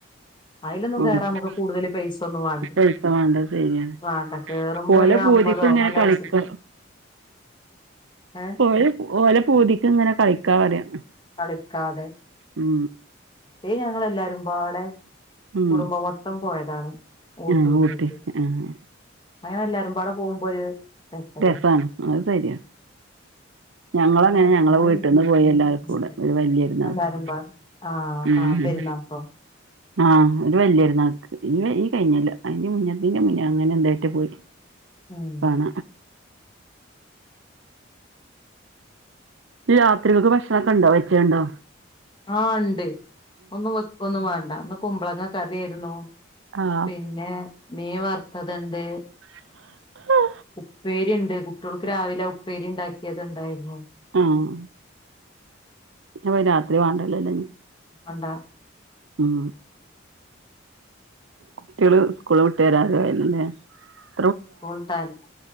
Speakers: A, on the left; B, on the right.
A: അയിലൊന്നും
B: <unintelligible>
A: കേറാൻ നമുക്ക് കൂടുതൽ പൈസ ഒന്നും വാണ്ട
B: പൈസ വേണ്ട അത് ശെരിയാണ്
A: വേണ്ട കേറുമ്പോ
B: പോലെ
A: ഒരു
B: പൂതിക്ക്
A: അമ്പതോ
B: ഇങ്ങനെ
A: അങ്ങനൊക്കെ
B: കളിക്കും
A: ഏഹ്
B: ഓലെ ഓലെ പൂതിക്ക് ഇങ്ങനെ കളിക്കാം പറയാ
A: കളിക്കാതെ
B: മ്
A: ഏ ഞങ്ങളെല്ലാരും പാടെ
B: ഉം
A: കുടുംബം മൊത്തം പോയതാണ് ഊട്ടിക്കോക്കെ
B: ആഹ് ഊട്ടി ആഹ്
A: അങ്ങനെ എല്ലാരും പാടെ പോകുമ്പോ ഒര് രസല്ലേ
B: രസാണ് അത് ശരിയാ ഞങ്ങളങ്ങനെ
A: <unintelligible>
B: ഞങ്ങളെ വീട്ട്ന്ന് പോയി എല്ലാരും കൂടെ ഒരു വല്യര്ന്നാക്ക്
A: ആഹ്
B: ഉം
A: ആഹ് പെരുന്നാക്കോ
B: ആഹ് ഒരു വല്യര്ന്നാക്ക് പിന്നെ ഈ കഴിഞ്ഞല്ല അതിന്റെ മുന്നത്തേന്റെ മുന്നേ അങ്ങനെ എന്തായിട്ട് പോയി
A: ഉം
B: പണ രാത്രിക്കെക്ക് ഭക്ഷണംക്കെ ഇണ്ടോ വെച്ചഹ് ഇണ്ടോ?
A: ആഹ് ഇണ്ട് ഒന്നും വെക്കൊന്നും വേണ്ട ഇന്ന് കുമ്പളങ്ങ കറിയായിരുന്നു
B: ആഹ്
A: പിന്നെ മീൻ വറ്ത്തത്ണ്ട്
B: <unintelligible>
A: ഉപ്പേരി ഇണ്ട് കുട്ടികൾക്ക് രാവിലെ ഉപ്പേരി ഇണ്ടാക്കിയത് ഇണ്ടായിരുന്നു.
B: ഏഹ് പിന്നെപ്പോ രാത്രി വാണ്ടല്ലോ ല്ലെ ഇൻഞ്
A: വാണ്ട
B: ഉം കുട്ടികള് സ്കൂള് വിട്ട് വരാൻ <unintelligible>
A: കൂട്ടാൻ